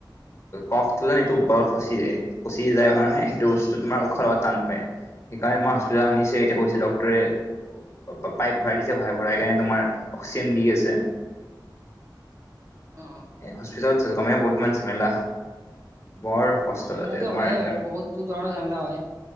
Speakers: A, on the left; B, on the right.
A: কফটো যে গলত ফচি যায় ফচি যায় কাৰণে সেইটো উশাহ লোৱাত টান পাই সেইকাৰণে মই হস্পিতাল অনিছোঁ এতিয়া কৈছে ডক্তৰে পাইপ ভৰাই দিছে ভ ভৰাই কাৰনে তোমাৰ অক্সিজেন দি আছে <inaudible>
B: অ
A: এ হস্পিতেলত আছোঁ গমে বহুত মান জেমেলাহ। বৰ কষ্ট
B: ঝামেলাটো
A: তাতে তোমাৰ
B: হয়ে বাৰু বহুতো ধৰণৰ ঝামেলা হয়